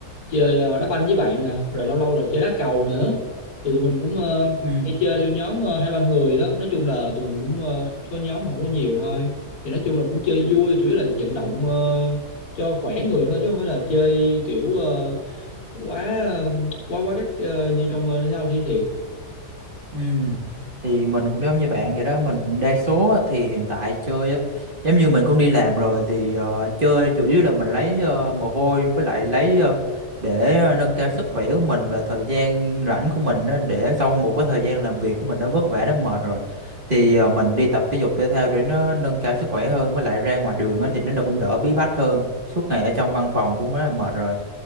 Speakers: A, on the left; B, on the right.
A: chơi ờ, đá banh với bạn nè rồi lâu lâu là chơi đá cầu nữa thì tụi mình cũng ờ,
B: ừ
A: hay chơi theo nhóm ờ, hai ba người đó nói chung là tụi mình cũng ờ, có nhóm mà không có nhiều thôi thì nói chung là cũng chơi
B: ừ
A: vui chủ yếu là vận động ờ, cho khỏe người thôi chứ không phải là chơi kiểu ờ, quá ờ, quá quá các ờ, như trong ờ, thể thao thi thiệt
B: Ừ. Thì mình cũng giống như bạn vậy đó mình đa số á, thì hiện tại chơi á giống như mình cũng đi làm rồi thì ờ, chơi chủ yếu là mình lấy ờ, mồ hôi với lại lấy ờ, để ờ, nâng cao sức khỏe của mình và thời gian rảnh của mình á, để sau một cái thời gian làm việc của mình đã vất vả đã mệt rồi thì ờ, mình đi tập thể dục thể thao để nó nâng cao sức khỏe hơn với lại ra ngoài đường á, thì nó cũng đỡ bí bách hơn suốt ngày ở trong văn phòng cũng rất là mệt rồi